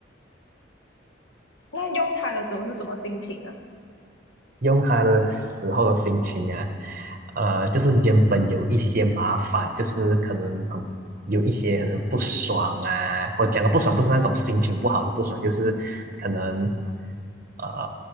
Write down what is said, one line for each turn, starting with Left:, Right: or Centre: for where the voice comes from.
Left: 那用它的时候是什么心情啊？
Right: 用它的时候的心情啊，呃，就是原本有一些麻烦，就是可能很有一些可能不爽啊。我讲的不爽不是那种心情不好的不爽，就是可能呃